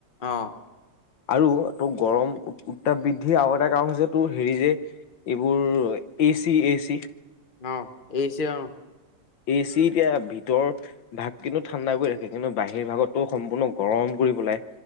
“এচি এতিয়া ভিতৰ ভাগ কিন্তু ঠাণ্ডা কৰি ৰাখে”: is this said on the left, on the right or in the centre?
Left